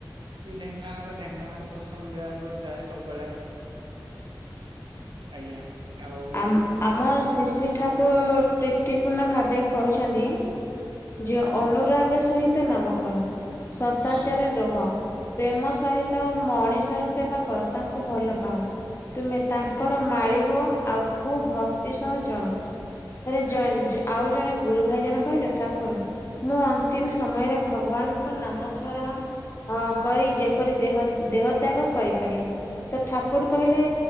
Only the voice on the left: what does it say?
ଆମ ଆମ ଶ୍ରୀ ଶ୍ରୀ ଠାକୁର ପ୍ରୀତିପୂର୍ଣ୍ଣ ଭାବେ କହିଛନ୍ତି। ଯେ
ଅନୁରାଗ ସହିତ ନାମକରଣ। ସଦାଚାର
ରୁହ, ପ୍ରେମ ସହିତ ମଣିଷର ସେବା କର, ତାଙ୍କୁ ଭଲ ପାଅ, ତୁମେ ତାଙ୍କର
ମାଳି ହୁଅ ଆଉ ଖୁବ ଭକ୍ତି ସହ ଚଳ। ତାରେ
ଆଉ ଜଣେ ଗୁରୁ ଭାଇ ଜଣେ କହିଲେ -ଠାକୁର ମୁଁ ଅନ୍ତିମ
ସମୟରେ ଭଗବାନ୍। ନାମ ସ୍ମରଣ ଅ କରି ଯେପରି ଦେହ ଦେହ। ତ୍ୟାଗ କରିପାରେ, ତ ଠାକୁର
କହିଲେ